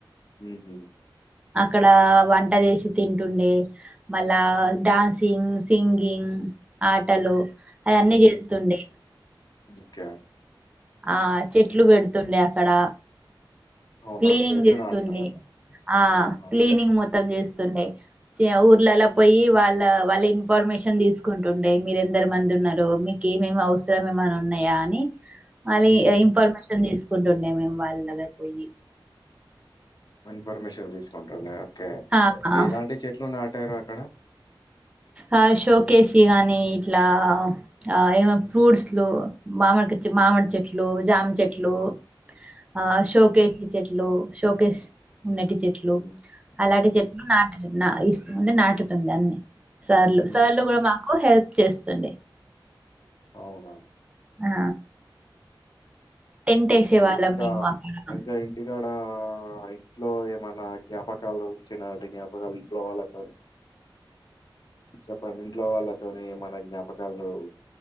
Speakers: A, on the left (about 55°); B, on the right (about 15°).
A: ఉమ్ హ్మ్
B: అక్కడ వంట చేసి తింటుండే మళ్ళా డ్యాన్సింగ్ సింగింగ్ ఆటలు అయన్నీ
A: మ్మ్
B: చేస్తుండే
A: ఓకే
B: ఆ చెట్లు పెడుతుండే అక్కడ
A: అవునా
B: క్లీనింగ్
A: చెట్లు
B: చేస్తుండే
A: నాటుతున్నారా
B: ఆ
A: ఆహా
B: క్లీనింగ్ మొత్త త్తం చేస్తుండే చి ఊర్లలా పోయి వాళ్ళ వాళ్ళ ఇన్ఫర్మేషన్ తీసుకుం టుండే మిరు ఎందరు మంది ఉన్నారు మీకు ఏమేమి అవసరం ఏమనా ఉన్నాయా అని మళ్ళీ
A: మ్మ్
B: ఇన్ఫర్మేషన్ తీసుకుంటుండే మేము వాళ్ళ దగ్గర పోయి
A: ఇన్పర్మిషన్ తీసుకుంటుండే ఓకే
B: ఆ ఆ.
A: ఎలాంటి చెట్లు నాటారు అక్కడ
B: ఆ షోకేసి గాని ఇట్లా ఆ ఏమ ఫ్రూట్స్లు మామడికిచ్చి మా మామిడి చెట్లు జామ్ చెట్లు ఆ శోకష్ చెట్లు శోకష్ ఉన్నటి చెట్లు
A: మ్మ్
B: అలాంటి
A: మ్మ్
B: చెట్లు నాటు నా ఇస్తు ఉ నాటుతుండే అన్ని సార్లు
A: మ్మ్
B: సార్లు కూడా మాకు హెల్ప్ చేస్తుండే
A: అవునా
B: ఆ టెంట్
A: ఓకే
B: వేసే వాళ్ళం
A: ఇంకా,
B: మేము అక్కడ
A: ఇంకా ఇంటికాడా ఆ ఇంట్లో ఏమన్నా జ్ఞాపకాలు చిన్ననాటి జ్ఞాపకాలు ఇంట్లో వాళ్ళతోని చెప్పండి ఇంట్లో వాళ్ళతోని ఏమన జ్ఞాపకాలు